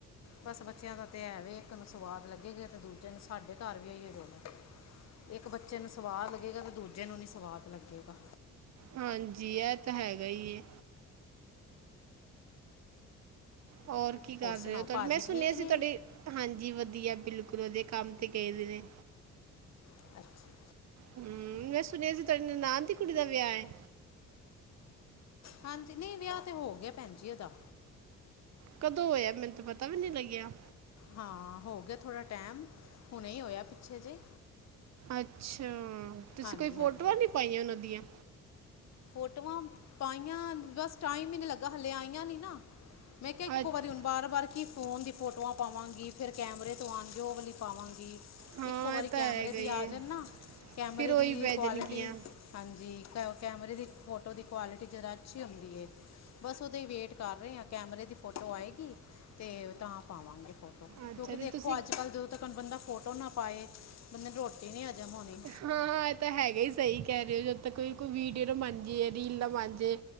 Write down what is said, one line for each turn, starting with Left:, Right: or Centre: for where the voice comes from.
Left: ਬਸ ਬੱਚਿਆਂ ਦਾ ਤੇ ਹੈ ਵੀ ਇੱਕ ਨੂੰ ਸਵਾਦ ਲੱਗੇਗਾ ਤੇ ਦੂਜੇ ਨੂੰ ਸਾਡੇ ਘਰ ਵੀ ਇਹੀਓ ਰੋਣਾ ਇੱਕ ਬੱਚੇ ਨੂੰ ਸਵਾਦ ਲੱਗੇਗਾ ਤੇ ਦੂਜੇ ਨੂੰ ਨੀ ਸਵਾਦ ਲੱਗੇਗਾ
Right: ਹਾਂਜੀ ਇਹ ਤਾਂ ਹੈਗਾ ਏ ਹੋਰ ਕੀ ਕਰ
Left: ਸੁਣਾਓ
Right: ਰਹੇ ਹੋ ਤੁਹਾ
Left: ਭਾਜੀ
Right: ਮੈਂ ਸੁਣਿਆ
Left: ਠੀਕ
Right: ਸੀ
Left: ਨੇ
Right: ਤੁਹਾਡੀ ਹਾਂਜੀ ਵਧੀਆ ਬਿਲਕੁਲ ਉਹਦੇ ਕੰਮ ਤੇ ਗਏਦੇ ਨੇ
Left: ਅੱਛਾ
Right: ਹਮ ਮੈਂ ਸੁਣਿਆ ਸੀ ਤੁਹਾਡੀ ਨਨਾਣ ਦੀ ਕੁੜੀ ਦਾ ਵਿਆਹ ਏ
Left: ਹਾਂਜੀ ਨਹੀਂ ਵਿਆਹ ਤੇ ਹੋ ਗਿਆ ਭੈਣ ਜੀ ਉਹਦਾ
Right: ਕਦੋਂ ਹੋਇਆ ਮੈਨੂੰ ਤਾਂ ਪਤਾ ਵੀ ਨੀ ਲੱਗਿਆ
Left: ਹਾਂ ਹੋ ਗਿਆ ਥੋੜ੍ਹਾ ਟਾਈਮ ਹੁਣੇ ਹੋਇਆ ਪਿੱਛੇ ਜੇ
Right: ਅੱਛਾ ਤੁਸੀਂ
Left: ਹਾਂਜੀ
Right: ਕੋਈ ਫੋਟੋਆਂ
Left: ਹਾਂਜੀ
Right: ਨੀ ਪਾਈਆਂ ਉਹਨਾਂ ਦੀਆਂ
Left: ਫੋਟੋਆਂ ਪਾਈਆਂ ਬਸ ਟਾਈਮ ਹੀ ਨਹੀਂ ਲੱਗਾ ਹਲੇੇ ਆਈਆਂ ਨੀ ਨਾ ਮੈਂ ਕਿਹਾ ਇੱਕੋ
Right: ਅੱਛ-
Left: ਵਾਰੀ ਹੁਣ ਬਾਰ ਬਾਰ ਕੀ ਫੋਨ ਦੀ ਫੋਟੋ ਫੋਟੋਆਂ ਪਾਵਾਂਗੀ ਫੇਰ ਕੈਮਰੇ ਤੋਂ ਆਉਣਗੇ ਉਹ ਵਾਲੀ ਪਾਵਾਂਗੀ
Right: ਹਾਂ
Left: ਇੱਕੋ ਵਾਰੀ
Right: ਇਹ ਤਾਂ
Left: ਕੈਮਰੇ
Right: ਹੈਗਾ
Left: ਦੀ
Right: ਹੀ
Left: ਆਜਣ
Right: ਹੈ
Left: ਨਾ ਕੈਮਰੇ
Right: ਫਿਰ ਉਹੀ
Left: ਦੀ
Right: ਪੈ
Left: ਕੁਆਲਿਟੀ
Right: ਜਾਣਗੀਆਂ
Left: ਹਾਂਜੀ ਕ ਕੈਮਰੇ ਦੀ ਫੋਟੋ ਦੀ ਕੁਆਲਿਟੀ ਜ਼ਰਾ ਅੱਛੀ ਹੁੰਦੀ ਏ ਬਸ ਉਹਦੇ ਹੀ ਵੇਟ ਕਰ ਰਹੇ ਹਾਂ ਕੈਮਰੇ ਦੀ ਫੋਟੋ ਆਏਗੀ ਤੇ ਤਾਂ ਪਾਵਾਂਗੇ ਫੋੋਨ ਕਿਉੰ
Right: ਅੱਛਾ
Left: ਕਿਉਂਕਿ
Right: ਤੇ
Left: ਦੇਖੋ
Right: ਤੁਸੀਂ
Left: ਅੱਜ ਕੱਲ ਜਦੋਂ ਤੱਕ ਬੰਦਾ ਫੋਟੋ ਨਾ ਪਾਏ ਬੰਦੇ ਦੀ ਰੋਟੀ ਨੀ ਅਜਮ ਹੋਣੀ
Right: ਹਾਂ- ਹਾਂ ਇਹ ਤਾਂ ਹੈਗਾ ਹੀ ਸਹੀ ਕਹਿ ਰਹੇ ਹੋ ਜਦੋਂ ਤੱਕ ਕੋਈ ਵੀਡੀਓ ਨਾ ਬਣ ਜਾਏ ਰੀਲ ਨਾ ਬਣ ਜੇਏ